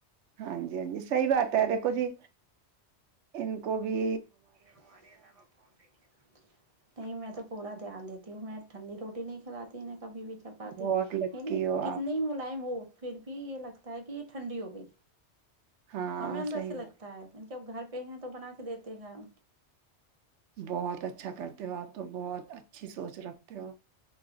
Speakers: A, on the right (about 80°); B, on the right (about 40°).
A: ہاں جی ہاں جی صحی بات ہے دیکھو جی ان کو بھی
B: ہمارے علاوہ کون دیکھے گا نہیں میں تو پورا دھیان دیتی ہوں میں ٹھنڈی روٹی نہیں کھاتی ہے کبھی بھی چھپاتی
A: بہت لکی
B: ینی
A: ہو
B: کتنی
A: آپ
B: ملائم ہو پھر بھی یہ لگتا ہے کہ ٹھنڈی ہو گئی
A: ہاں
B: ہمیں اندر
A: صحیح
B: سے لگتا
A: بات
B: ہے جب گھر پہ ہیں تو بنا کے دیتے ہیں گرم
A: بہت اچھا کرتے ہو آپ تو بہت اچھی سوچ رکھتے ہو